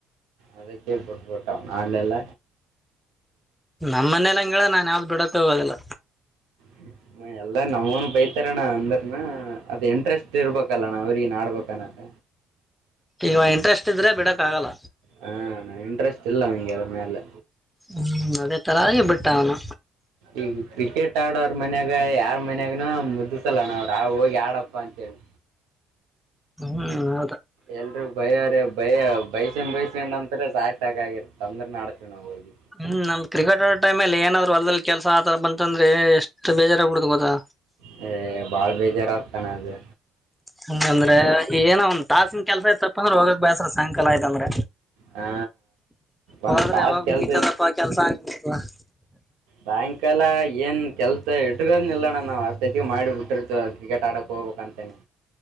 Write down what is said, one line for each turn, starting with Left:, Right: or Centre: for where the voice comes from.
Right: ಅದಕ್ಕೆ ಬಿಟ್ಬಟ್ಟ ಅವ ಆಲೆಲ್ಲ.
Centre: ನಮ್ಮ ಮನೇಲಿ ಹಂಗ್ ಹೇಳಾ ನಾನ್ ಯಾವ್ದ ಬಿಡಕ ಹೋಗೋದಲ್ಲ.
Right: <inaudible> ಎಲ್ಲಾ ನಮ್ನ್ ಬೈತಾರಣ್ಣ ಅಂದ್ರನ ಅದ್ ಇಂಟ್ರೆಸ್ಟ್ ಇರ್ಬೇಕಲ್ಲಣಾ ಅವ್ರಿಗೆ ಆಡ್ಬೇಕನ್ನತ್ತ.
Centre: ಈಗ ಇಂಟ್ರೆಸ್ಟ್ ಇದ್ರೆ ಬಿಡಕ್ಕ್ಕಗಲ್ಲ.
Right: ಹಂ ಇಂಟ್ರೆಸ್ಟ್ ಇಲ್ಲ ಅಂದ್ರ ಮೇಲೆ.
Centre: ಹ್ಞ ಅದೇ ತರದ ಬಿಟ್ಟ ಅವನು.
Right: ಈಗ ಕ್ರಿಕೆಟ್ ಆಡೋವ್ರ ಮನ್ಯಾಗ ಯಾರ್ ಮನ್ಯಾಗನೂ ಮುದ್ ಸಲಣ ಅವ್ರ ಆ ಹೋಗಿ ಆಡಪ್ಪಾ ಅಂತಾ ಹೇಳಿ
Centre: ಹ್ಮ್ ಹೌದಾ
Right: ಎಲ್ರು ಬ್ಯಾರೆ ಬಯ ಬೈಸೊಂಡ್ ಬೈಸ್ಕೊಂಡ್ ಅಂತರ ಸಾಕ ಸಾಕ ಆಾಗಿತ್ತ ತಂದ್ರೆ ನಾಡ್ತೀವಿ ನಾವು ಹೋಗಿ.
Centre: ಹ್ಮ್ ನಮ್ ಕ್ರಿಕೆಟ್ ಆ ಟೈಮಲ್ಲಿ ಏನಾದ್ರು ಹೊಲ್ದಲ್ಲಿ ಕೆಲಸ ಆತರ ಬಂತಂದ್ರೆ ಎಷ್ಟು ಬೇಜಾರಾಗ್ಬ ಬಿಡುದುು ಗೊತ್ತಾ.
Right: ಹ ಬಾಳ್ ಬೇಜಾರಾಗಗ್ತಾನ ಅದು
Centre: ಹಂಗಂದ್ರೆ ಏನ ಒಂದ್ ತಾಸಿನ ಕೆಲ್ಸ ಯ್ತ ತಪ್ಪ ಅಂದ್ರ ಹೋಗಕ್ ಬಯಸ್ರ ಸಾಯಂಕಾಲ ಆಯ್ತಂದ್ರ
Right: ಹಾ
Centre: ಅ
Right: ಒಂದ್
Centre: ಆದ್ರೆ
Right: ತಾಸ್
Centre: ಯಾವಾಗ
Right: ಕೆಲ್ಸ
Centre: ಮುಗಿತದಪ್ಪ ಕೆಲ್ಸ ಆಗ್ ಮಾಡ
Right: ಬಾಯಂಕಾಲ ಏನ್ ಕೆಲ್ಸ ಇಡರುಗದ ಇಿಲ್ಲಣ್ಣ ನಾವು ಆತೈತಿ ಮಾಡಿ ಬಿಟ್ಟಿರ್ತ ಕ್ರಿಕೆಟ್ ಆಡಕ್ ಹೋಗ್ಬೇಕು ಅಂತನನೆ